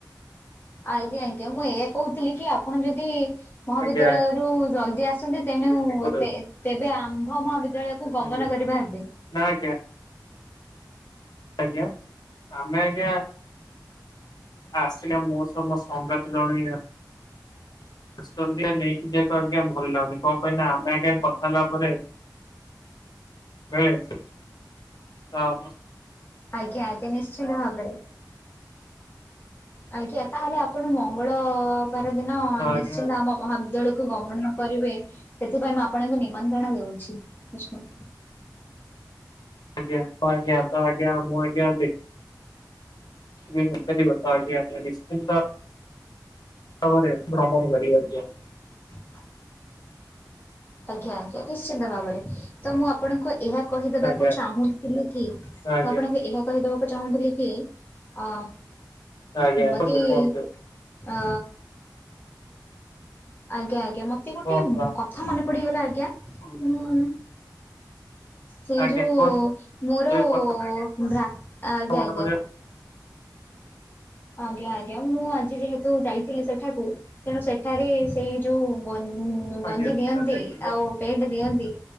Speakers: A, on the left; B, on the left.
A: ଆଜ୍ଞା ଆଜ୍ଞା ମୁଁ ଏୟା କହୁଥିଲି କି ଆପଣ ଯଦି ମହାବିଦ୍ୟାଳୟରୁୁ
B: ଆଜ୍ଞା
A: ଜଲଦି ଆସନ୍ତେ ତେଣୁ
B: ଆଜ୍ଞା
A: ତେବତେବେ ଆମ୍ଭ ମହାବିଦ୍ୟାଳୟକୁ ଗମନ
B: ଆଜ୍ଞା
A: କରିବା ହେବେ।
B: ନା ଆଜ୍ଞା ଆଜ୍ଞା ଆମେ ଆଜ୍ଞା ଆସିଲା ମୋ ସହ ମୋ ସଙ୍ଗାତ ଜଣେ ଆସୁଚନ୍ତି ନେଇକି ଯେହେତୁ ଆଜ୍ଞା ଭଲ ଲାଗୁନି କଣ ପାଇଁନା ଆମେ ଆଜ୍ଞା କଥା ହେଲା ପରେ ତେବେଳେ ତା ଅବସ୍
A: ଆଜ୍ଞା ଆଜ୍ଞା ନିଶ୍ଚିନ୍ତ ଭାବରେ ଆଜ୍ଞା ତାହେଲେ ଆପଣ ମଙ୍ଗଳବାର ଦିନ
B: ତ
A: ନିଶ୍ଚିନ୍ତ
B: ଆଜ୍ଞା
A: ଆମ ମହାବିଦ୍ୟାଳୟକୁ କୁ ଗମନ କରିବେ ସେଥିପାଇଁ ମୁଁ ଆପଣଙ୍କୁ ନିମନ୍ତ୍ରଣ ଦଉଛି ବିଷ୍ଣୁ
B: ଆଜ୍ଞା ତ ଆଜ୍ଞା ତ ଆଜ୍ଞା ମୁଁ ଆଜ୍ଞା ଦେଖ ମୁଖ୍ୟ ଦିବସ ଆଜ୍ଞା ଆଜ୍ଞା ନିଶ୍ଚିନ୍ତ ଭାବରେ ଭ୍ରମଣ କରିବି ଆଜ୍ଞା।
A: <inaudible> ଆଜ୍ଞା ଆଜ୍ଞା ନିଶ୍ଚିନ୍ତ ଭାବରେ ତ ମୁଁ ଆପଣଙ୍କୁ ଏହା କହିଦବାକୁ
B: ଆଜ୍ଞା
A: ଚାହୁଁଥିଲି କି
B: ଆଜ୍ଞା
A: ଆପଣଙ୍କୁ ଏହା କହିଦେବା ଚାହୁଁଥିଲି କି ଅ
B: ଆଜ୍ଞା
A: ମତେ
B: କୁହନ୍ତୁ
A: ୟେ
B: କୁହନ୍ତୁ
A: ଅ ଆଜ୍ଞା ଆଜ୍ଞା ମତେ ଗୋଟେ
B: କୁହନ୍ତୁ
A: କଥା ମନେ ପଡିଗଲା ଆଜ୍ଞା
B: ଆପଣ
A: ଉଁ। ସେଇ
B: ଆଜ୍ଞା
A: ଯୋଉ
B: କୁହନ୍ତୁ
A: ମୋର
B: ଯୋଉ କଥା
A: ଭ୍ରା ଆଜ୍ଞା
B: ମନେ
A: ଆଜ୍ଞା।
B: ପଡିବ
A: ଆଜ୍ଞା ଆଜ୍ଞା ମୁଁ ଆଜି ଯେହେତୁ ଯାଇଥିଲି ସେଠାକୁ ତେଣୁ ସେଠାରେ ସେଇ ଯୋଉ
B: ଆଜ୍ଞା
A: ଗଞ୍ଜି
B: ସେଟା
A: ଦିଅନ୍ତି
B: ଯାଇଥିଲେ
A: ଆଉ ପେଣ୍ଟ ଦିଅନ୍ତି